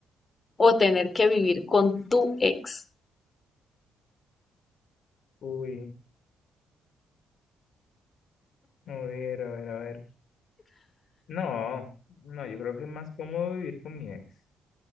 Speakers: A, on the left (about 30°); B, on the left (about 65°).
A: o tener que vivir con tu ex.
B: Uy, a ver, a ver, a ver. No, no, yo creo que es más cómodo vivir con mi ex.